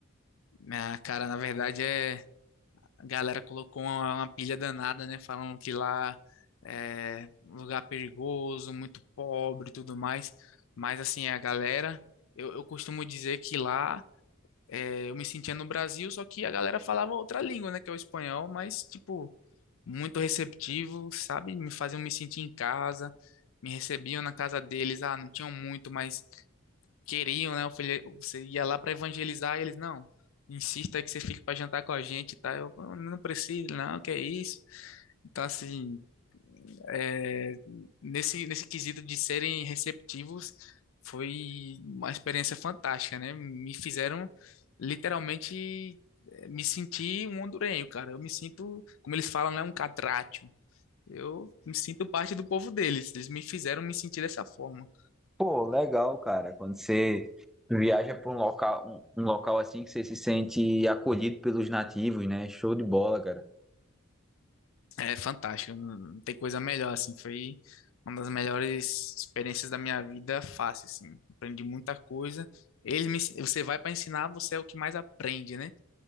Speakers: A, on the left; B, in the centre.
A: Ah, cara, na verdade é. A galera colocou uma, uma pilha danada, né? Falando que lá é um lugar perigoso, muito pobre e tudo mais. Mas assim, a galera. Eu, eu costumo dizer que lá é, eu me sentia no Brasil, só que a galera falava outra língua, né? Que é o espanhol, mas tipo. muito receptivo, sabe? Me faziam me sentir em casa, me recebiam na casa deles. Ah, não tinham muito, mas queriam, né? Ofele- Você ia lá para evangelizar e eles, não, insista aí que você fique para jantar com a gente, tá? Eu "Pô, não preciso, não, que é isso. Então, assim, é, nesse, nesse quesito de serem receptivos, foi uma experiência fantástica, né? Me fizeram literalmente eh, me sentir um hondurenho, cara. Eu me sinto, como eles falam, né? Um catrate, eu me sinto parte do povo deles. Eles me fizeram me sentir dessa forma.
B: Pô, legal, cara. Quando você viaja para um local, um, um local assim que você se sente acolhido pelos nativos, né? Show de bola, cara.
A: É fantástico. Não, não tem coisa melhor, assim. Foi uma das melhores experiências da minha vida, fácil, assim. Aprendi muita coisa. Eles me, ens- você vai para ensinar, você é o que mais aprende, né?